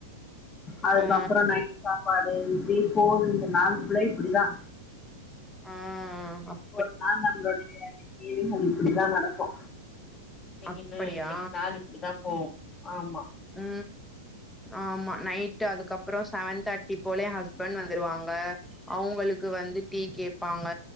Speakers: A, on the left; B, in the centre.
A: அதுக்கப்றோ
B: ஆ
A: நைட் சாப்பாடு இத்ரி போல் இந்த நால்புலை இப்டிதா
B: ஆ அப்
A: ஒரு நாள் நம்ளுடைய ஜிவிசம் இப்டிதா நடக்கு நிக்
B: அப்படியா
A: இன்னு இன்னிக்கி நாலு இப்டி தா போவ் ஆமா
B: ம் ஆமா நைட்டு அதுக்கப்பறோ செவன் தர்ட்டி போலே ஹஸ்பண் வந்துருவாங்க அவ்ங்களுக் க்கு வந்து டீ கேப்பாங்க